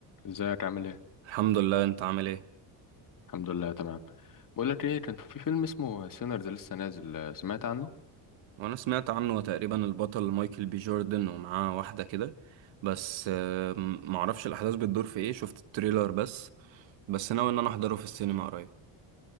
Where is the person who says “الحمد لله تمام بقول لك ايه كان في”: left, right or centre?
Left